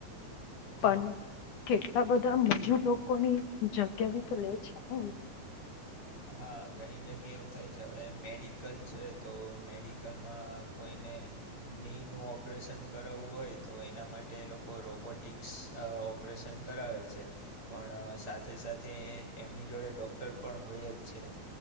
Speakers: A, on the left (about 90°); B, on the left (about 40°).
A: પણ
B: હમ
A: કેટલા બધા મજુ લોકોની જગ્યા બી તો લે છે ને
B: હા ઘણી જગ્યા એવું થાય છે હવે મેડિકલ છે તો મેડિકલમાં કોઈને ની ન ઓપરેશન કરાવવું હોય તો એના માટે એ લોકો રોબોટિક્સ ઓપરેશન કરાવે છે પણ સાથે સાથે એમની જોડે ડૉક્ટર પણ હોય જ છે